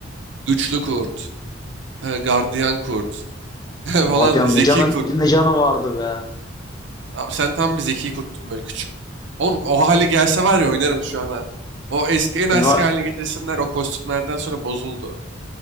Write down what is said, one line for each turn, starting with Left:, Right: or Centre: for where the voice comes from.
Right: Güçlü kurt, e, gardiyan kurt <laughs> falan,
Left: Guardian
Right: zeki
Left: ne canı,
Right: kurt.
Left: ne canı vardı be.
Right: Abi sen tam bir zeki kurttun böyle küçük. Oğlum o hale gelse var ya oynarım şu an ha. O eski en eski
Left: E var.
Right: haline getirsinler o kostümlerden sonra bozuldu.